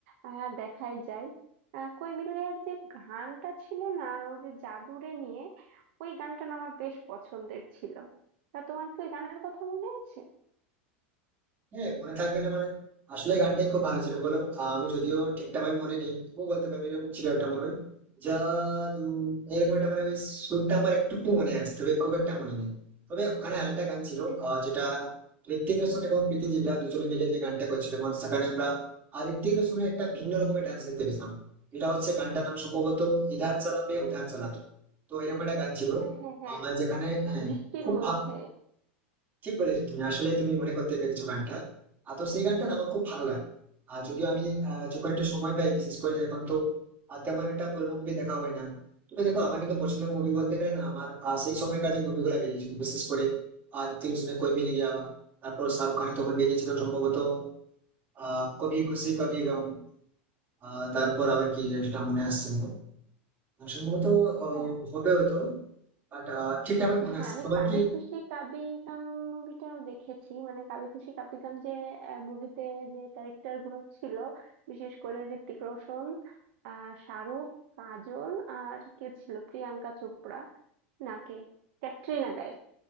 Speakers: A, on the right (about 65°); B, on the right (about 30°).
A: আহ দেখাই যায় আহ, কই মিল গয়ার যে গানটা ছিল না ওই যে জাদুরে নিয়ে ওই গানটা না আমার বেশ পছন্দের ছিল তা তোমার কি ওই গানের কথা মনে আছে
B: হ্যাঁ মনে থাকবে না মানে আসলে গানটাই খুব ভালো ছিল বলো আহ, আমি যদিও ঠিকঠাক ভাবে মনে নেই ও বলতে পারবি এরকম ছিল একটা মনে হয় জাদু এরকম একটা মানে ওই সুরটা আমার একটু একটু মনে আছে তবে খুব একটা মনে নেই তবে ওখানে আরেকটা গান ছিল
A: হ্যাঁ
B: আহ, যেটা ঋত্বিক রোশন এবং প্রীতি জিন্টা দুজনে মিলে যে গানটা করছিল মানে সেখানে আমরা আর ঋত্বিক রোশনের একটা ভিন্ন রকমের ডান্স দেখতে পেয়েছিলাম এটা হচ্ছে গানটার নাম সম্ভবত ইধার চালামে উধার চালাতো তো এরকম একটা গান ছিল
A: হ্যাঁ হ্যাঁ
B: আমার যেখানে হ্যাঁ,
A: বৃষ্টির
B: খুব
A: মধ্যে
B: ভালো ঠিক বলেছো তুমি আসলেই তুমি মনে করতে পেরেছো গানটা আর তো সেই গানটা না আমার খুব ভালো লাগে আর যদিও আমি আহ, যখন একটু সময় পাই বিশেষ করে এখন তো আর তেমন একটা পুরোনো মুভি দেখা হয় না তবে দেখো আমার কিন্তু পছন্দের মুভি বলতে গেলে না আমার আহ, সেই সময়কার যে মুভিগুলো বেরিয়েছিল বিশেষ করে আহ ঋত্বিক রোশনের কোই মিল গয়া তারপর শাহরুখ খানের তখন বেরিয়েছিল সম্ভবত আহ কবি খুশি কবি গম আহ, তারপর আবার কি সেটা মনে আসছে না আর সম্ভবত আহ,
A: হ্যাঁ
B: হবে হয়তো বাট ঠিকঠাক আমার মনে
A: হ্যাঁ
B: আসছে
A: আমি
B: না। তোমার
A: কাবি
B: কি
A: খুশি কাবি গাম মুভিটাও দেখেছি মানে কাবি খুশি কাবি গাম যে মুভিতে যে ক্যারেক্টার গুলো ছিল বিশেষ করে ঋত্বিক রোশন আহ শাহরুখ কাজল আর কে ছিল প্রিয়াঙ্কা চোপড়া নাকে ক্যাটরিনা কাইফ